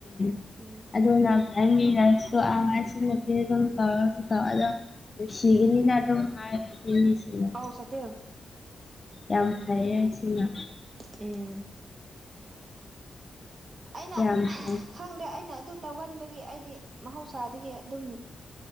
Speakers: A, on the left; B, on the right.
A: ꯎ
B: ꯎꯝ
A: ꯑꯗꯨꯅ <unintelligible> ꯁꯤꯤꯒꯔꯤꯅ ꯑꯗꯨꯝ ꯍꯥꯔꯅꯤ ꯁꯤꯃ
B: ꯑꯧ ꯁꯇꯤꯜ
A: ꯌꯥꯝ
B: ꯎꯝ
A: ꯐꯩꯌꯦꯁꯤꯅ
B: ꯎꯝ ꯑꯩꯅ
A: ꯌꯥꯝ ꯐꯩ
B: ꯈꯪꯗꯦ ꯑꯩꯅ ꯑꯗꯨ ꯇꯧꯒꯟꯕꯒꯤ ꯑꯩꯗꯤ ꯃꯍꯧꯁꯥꯗꯒꯤ ꯑꯗꯨꯝ